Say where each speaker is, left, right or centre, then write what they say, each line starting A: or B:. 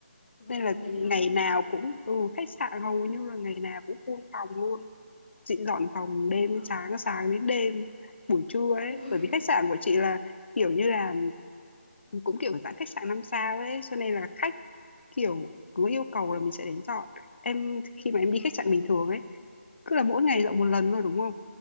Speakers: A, on the left (about 40°); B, on the left (about 60°).
A: vâng
B: nên là
A: mệt
B: ngày
A: lắm không
B: nào
A: chị
B: cũng ừ khách sạn hầu như là ngày nào cũng full phòng luôn chị dọn phòng
A: kín
B: đêm
A: phòng
B: đến sáng sáng đến đêm buổi trưa ấy
A: ôi
B: bởi vì khách sạn của chị là kiểu như là cũng kiểu dạng khách sạn năm sao ấy cho nên là khách kiểu cứ yêu cầu là mình sẽ đến dọn em
A: <laughs>
B: khi mà em
A: vâng
B: đi khách sạn bình thường ấy cứ là mỗi ngày dọn một lần thôi đúng không